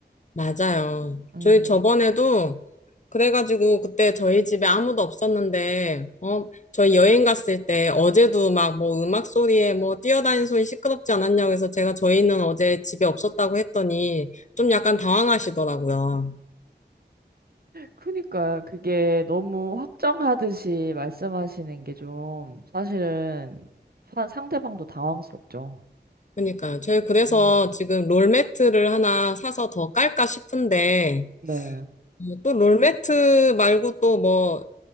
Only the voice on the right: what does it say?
음.
그니까 그게 너무 확정하듯이 말씀하시는 게 좀 사실은 사- 상대방도 당황스럽죠.
음.
네.